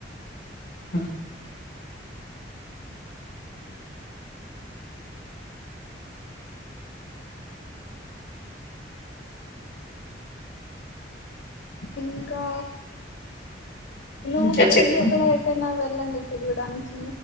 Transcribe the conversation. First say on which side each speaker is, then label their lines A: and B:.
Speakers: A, on the left; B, on the left.
A: <inaudible>
B: ఇంకా నువ్వు
A: ఇంకా
B: మీ చెల్లి
A: చెప్పు
B: ఎక్కడ ఎక్కడనా వెళ్ వెళ్లండి తిరగడానికి